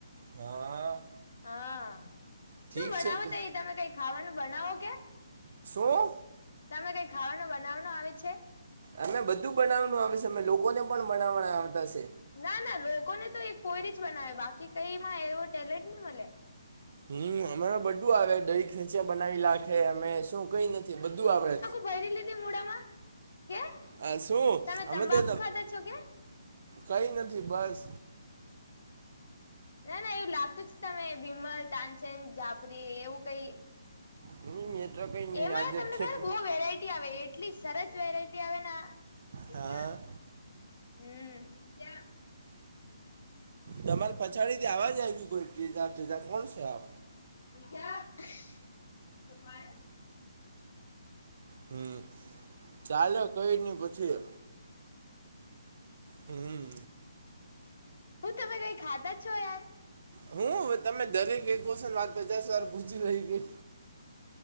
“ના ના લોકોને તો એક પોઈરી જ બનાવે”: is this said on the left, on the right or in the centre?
Left